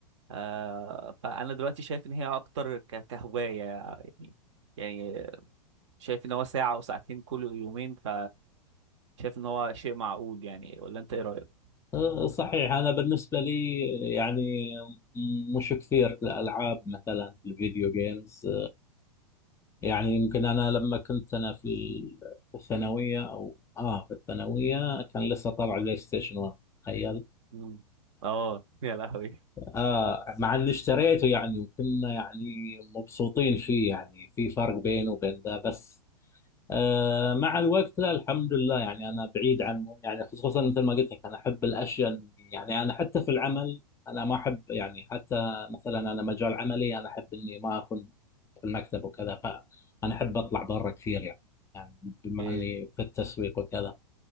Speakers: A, on the right; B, on the left.
A: آه فانا دلوقتي شايف ان هي اكتر ك- كهوايه يعني يعني شايف ان هو ساعه او ساعتين كل يومين ف شايف ان هو شيء معقول يعني ولا انت ايه رايك؟
B: آه، صحيح انا بالنسبه لي يعني مش كثير في الالعاب مثلا في الفيديو جيمز يعني يمكن انا لما كنت انا في الثانويه او اه في الثانويه كان لسه طالع بلاي ستيشن 1 تخيل
A: مم. اه يا لهوي
B: آه مع اللي اشتريته يعني وكنا يعني مبسوطين فيه يعني في فرق بينه وبين ذا بس آه مع الوقت لا الحمد لله يعني أنا بعيد عنهم يعني خصوصا مثل ما قلت لك أنا أحب الأشياء يعني أنا حتى في العمل أنا ما أحب يعني حتى مثلا أنا مجال عملي أنا أحب إني ما أكون في المكتب وكذا فأنا أحب أطلع برا كثير يعني يعني بما
A: إيه.
B: إني في التسويق وكذا